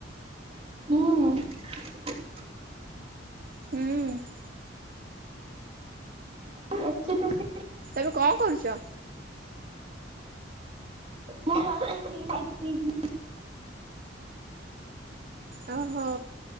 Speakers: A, on the right; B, on the right.
A: ହୁଁ।
B: ହୁଁ।
A: ଏଠି ବେଶି
B: ଏବେ କଣ କରୁଚ?
A: ମୁଁ ବସିଛି ଖାଇପିଇକି।
B: ଓହୋ,